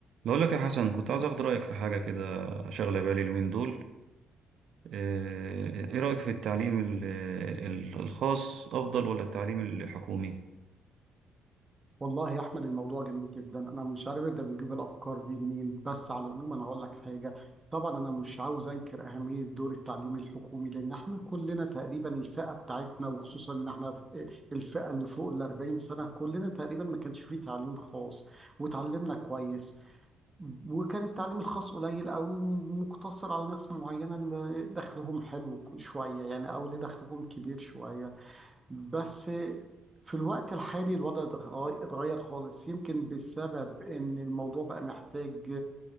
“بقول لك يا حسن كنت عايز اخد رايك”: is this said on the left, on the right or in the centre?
Right